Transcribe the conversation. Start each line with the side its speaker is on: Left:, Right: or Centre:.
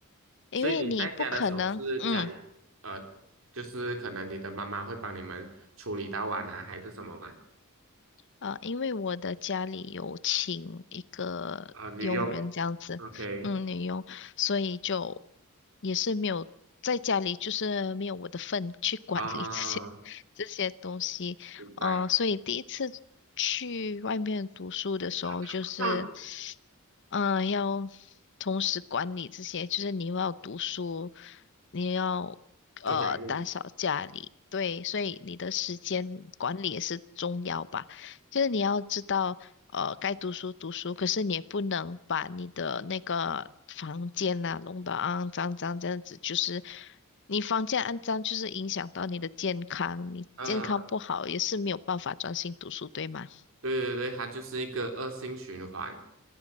Left: 因为你不可能，
Right: 所以你在家的时候是家里，
Left: 嗯。
Right: 呃，就是可能你的妈妈会帮你们处理到碗啊，还是什么吗？
Left: 呃，因为我的家里有请一个佣人这样子，
Right: 啊、女佣，OK，
Left: 嗯，女佣，所以就也是没有在家里，就是没有我的份去管理这些
Right: 啊、
Left: <laughs> 这些东西，
Right: 明白。
Left: 呃，所以第一次去外面读书的时候，
Right: <coughs>
Left: 就是，
Right: 啊
Left: 嗯，要同时管理这些，就是你又要读书，你要呃打扫家里，
Right: 做家务，
Left: 对，所以你的时间管理也是重要吧。就是你要知道，呃，该读书读书，可是你也不能把你的那个房间呐、弄得肮脏脏这样子，就是你房间肮脏，就是影响到你的健康，你健康不好也是没有办法专心读书，
Right: 嗯、
Left: 对吗？
Right: 对对对，它就是一个恶性循环。